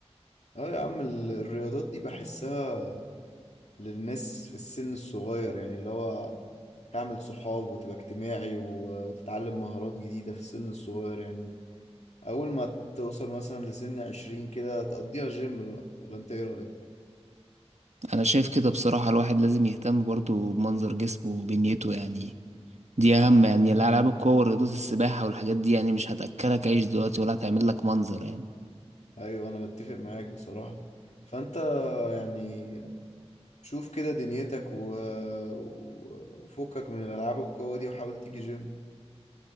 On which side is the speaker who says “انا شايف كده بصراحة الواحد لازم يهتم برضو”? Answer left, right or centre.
Right